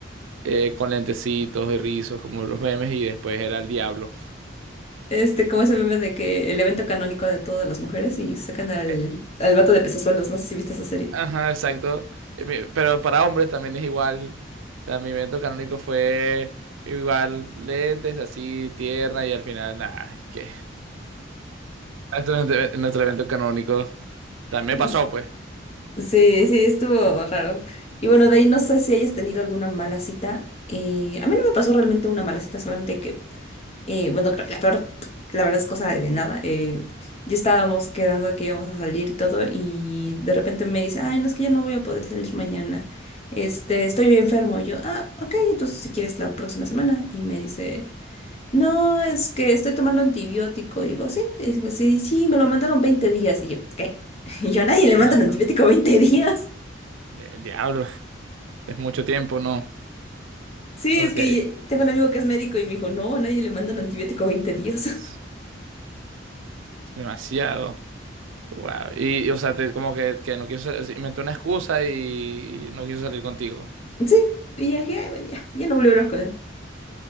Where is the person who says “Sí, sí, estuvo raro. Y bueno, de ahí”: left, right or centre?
Left